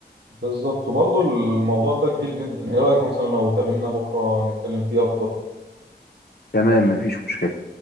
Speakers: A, on the right; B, on the left.
A: بالظبط وبرضه الموضوع ده كبير جدا ايه رأيك مثلا لو اتقابلنا بكرة نتكلم فيه اكتر
B: تمام مفيش مشكله